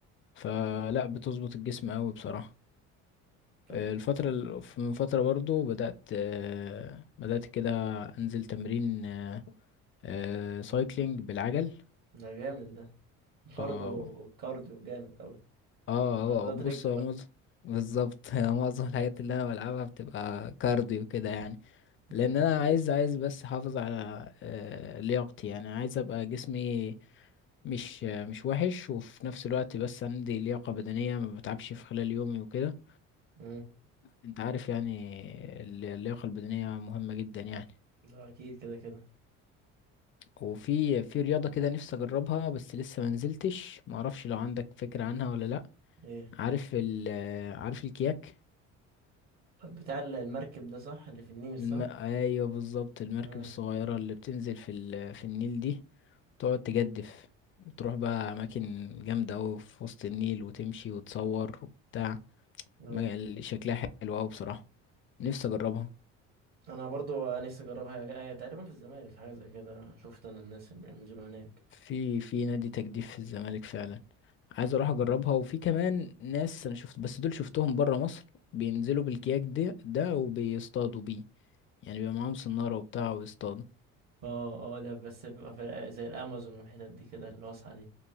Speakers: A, on the left; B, on the right.
A: فلا بتظبط الجسم أوي بصراحة
B: طب
A: آه، الفترة ال- من فترة برضو بدأت آه، بدأت كده أنزل تمرين آه، آه سايكلينج بالعجل
B: ده جامد ده <laughs>
A: اه
B: برضه كارديو جامد اوي
A: اه
B: وعضلات
A: آه، بص
B: رجل
A: هو
B: بقى
A: معظم بالظبط <laughs> معظم الحاجات اللي انا بلعبها بتبقى كارديو كده يعني
B: مم.
A: لان انا عايز عايز بس احافظ على آه لياقتي يعني عايز ابقى جسمي مش آه، مش وحش وفي نفس الوقت بس عندي لياقة بدنية ما بتعبش في خلال يومي وكده
B: مم.
A: انت عارف يعني ال- اللياقة البدنية مهمة جدا يعني
B: ده اكيد كده كده
A: وفي في رياضة كده نفسي اجربها بس لسه ما نزلتش ما اعرفش لو عندك فكرة عنها ولا لا
B: ايه
A: عارف ال عارف الكياك
B: بتاع ال- المركب ده صح اللي في النيل صح
A: الم... ايوه بالظبط المركب
B: امم
A: الصغيرة اللي بتنزل في ال... في النيل دي تقعد تجدف وتروح بقى أماكن جامدة أوي في وسط النيل وتمشي وتصور وبتاع
B: اه
A: ما- ال- شكلها حلو أوي بصراحة نفسي أجربها
B: انا برضو نفسي اجربها هي هي تقريبا في الزمالك حاجه زي كده شفت انا الناس اللي بينزلوا هناك
A: في في نادي تجديف في الزمالك فعلا عايز أروح أجربها وفي كمان ناس أنا شفت بس دول شفتهم برا مصر بينزلوا بالكياك ده ده وبيصطادوا بيه يعني بيبقى معاهم سنارة وبتاع ويصطادوا
B: اه اه ده بس بيبقى في زي الامازون والحتت دي كده الواسعه دي